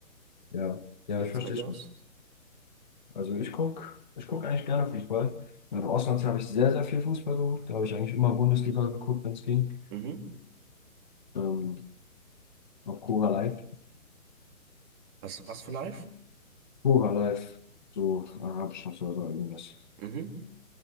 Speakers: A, on the left; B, on the right.
A: ja. Ja,
B: Wie sieht's
A: ich verstehe
B: bei dir
A: schon.
B: aus?
A: Also ich gucke ich guck eigentlich gerne Fußball. Im Ausland habe ich sehr, sehr viel Fußball geguckt. Da habe ich eigentlich immer Bundesliga geguckt, wenn es ging.
B: Mhm.
A: Ähm, auf Cora Live.
B: Was, was für live?
A: Cora Live. So arabischer Server, irgendwas.
B: Mhm.